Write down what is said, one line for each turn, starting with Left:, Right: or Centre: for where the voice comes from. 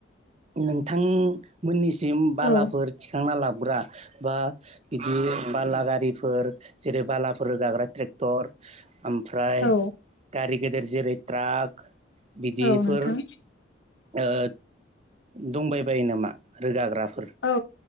Right: नोंथांमोननिसिम बालाफोर
Left: औ
Right: थिखांना ला बोग्रा बा बिदि बाला गारिफोर जेरै बालाफोर रोगाग्रा ट्रेक्टर ओमफ्राय
Left: औ
Right: गारि गेदेर जेरै ट्राक बिदिफोर
Left: औ नोंथां
Right: ओ दंबाय बायो नामा रोगाग्राफोर?
Left: औ